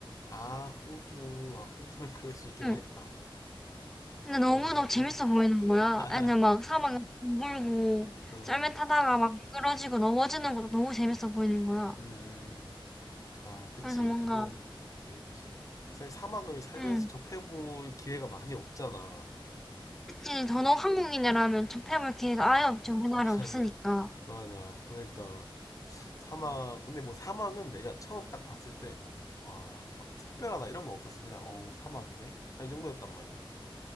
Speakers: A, on the left; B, in the centre.
A: 아, 호주. 아, 호주면 그럴 수 있긴
B: 응.
A: 하겠다.
B: 근데 너무너무
A: 오.
B: 재밌어 보이는 거야.
A: <laughs>
B: 애들 막 사막에서 물고
A: 음,
B: 썰매 타다가 막 미끄러지고 넘어지는 것도 너무 재밌어 보이는 거야.
A: 음, 음. 아, 그치.
B: 그래서 뭔가,
A: 그거 재밌지. 사실 사막을 살면서
B: 음,
A: 접해볼 기회가 많이 없잖아.
B: 이 전업 한국인이라면 접해볼 기회가 아예 없죠. 우리나라에
A: <laughs>
B: 없으니까.
A: 맞아. 맞아. 그러니까 사막, 근데 뭐 사막은 내가 처음 딱 봤을 때 막, 와, 막 특별하다 이런 거 없었어. 그냥, 어우, 사막이네? 한 이 정도였단 말이야.